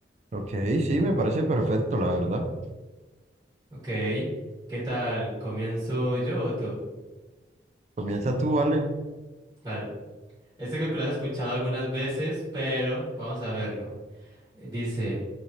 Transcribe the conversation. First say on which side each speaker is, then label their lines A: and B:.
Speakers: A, on the right (about 40°); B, on the right (about 20°).
A: Ok, sí, me parece perfecto, la verdad.
B: Ok, ¿qué tal? ¿Comienzo yo o tú?
A: Comienza tú, vale.
B: Vale, este creo que lo has escuchado algunas veces, pero vamos a verlo. Dice...